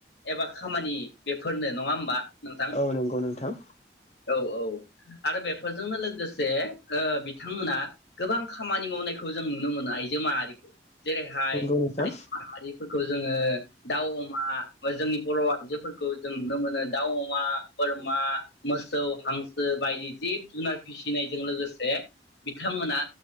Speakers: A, on the left; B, on the left.
A: एबा खामानि बेफोरनो नङा होमबा? नोंथां
B: औ नंगौ नोंथां
A: औ औ आरो बेफोरजोंनो लोगोसे ओ बिथांमोना गोबां खामानि मावनायखौ जों नुनो मोनो आइजो माहारिखौ जेरैहाय
B: नंगौ नोंथां
A: आइजो माहारिफोरखौ जोङो दाउ अमा जोंनि बर' आइजोफोरखौ जों नुनो मोनो दाउ अमा बोरमा मोसौ हां सो बायदि जिब जुनार फिसिनायजों लोगोसे बिथांमोना